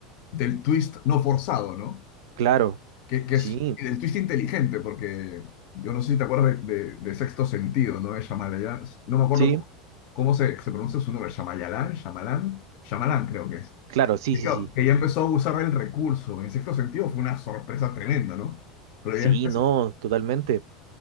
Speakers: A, on the left; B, on the right.
A: del twist no forzado, ¿no?
B: Claro,
A: Que, que
B: sí,
A: es el twist inteligente, porque yo no sé si te acuerdas de, de- de Sexto Sentido, ¿no? De Shyamalan, no me acuerdo
B: sí,
A: cómo, cómo se, se pronuncia su nombre, Shyamalan, Shyamalan, Shyamalan creo que es.
B: claro, sí,
A: Que,
B: sí,
A: claro,
B: sí.
A: que ya empezó a usar el recurso. En Sexto Sentido fue una sorpresa tremenda, ¿no? Pero
B: Sí,
A: ya después,
B: no, totalmente.